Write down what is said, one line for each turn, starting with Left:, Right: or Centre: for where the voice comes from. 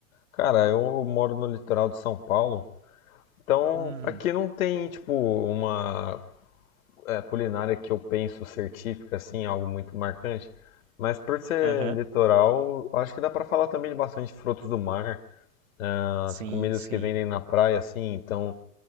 Left: Cara, eu moro no litoral de São Paulo, então
Right: Hum,
Left: aqui não tem, tipo, uma é, culinária que eu penso ser típica, assim, algo muito marcante, mas por ser
Right: aham.
Left: litoral, acho que dá pra falar também de bastante frutos do mar, ah,
Right: Sim,
Left: as comidas
Right: sim.
Left: que vendem na praia, assim, então